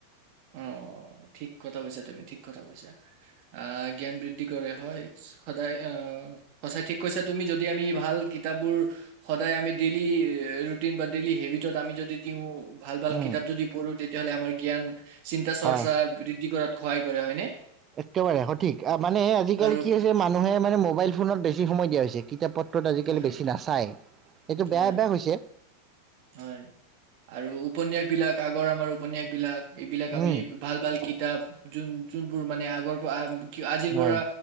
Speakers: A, on the right (about 40°); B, on the right (about 25°).
A: অ ঠিক কথা কৈছা তুমি ঠিক কথা কৈছা আহ জ্ঞান বৃদ্ধি কৰে হয় সদায় আহ সঁচাই ঠিক কৈছা তুমি যদি আমি ভাল কিতাপবোৰ সদায় আমি ডেইলি ৰুটিন বা ডেইলি হেবিটত আমি যদি দিওঁ, । ভাল ভাল
B: উম
A: কিতাপ যদি পঢ়োঁতে তেতিয়াহ'লে আমাৰ জ্ঞান চিন্তা চৰ্চা
B: হয়
A: বৃদ্ধি কৰাত সহায় কৰে হয়নে
B: একেবাৰে সঠিক মানে আজিকালি
A: আৰু
B: কি হৈছে মানুহে মানে মোবাইল ফোনত বেছি সময় দিয়া হৈছে কিতাপ পত্ৰত আজিকালি
A: হয়
B: বেছি নাচায় এইটো বেয়া
A: হয়
B: অভ্যাস হৈছে
A: হয় আৰু উপন্যাস বিলাক আগৰ আমাৰ উপন্যাস বিলাক এইবিলাক আমি
B: উম
A: ভাল ভাল কিতাপ যোন যোনবোৰ মানে আগৰ পাম কি আজিৰ
B: হয়
A: পৰা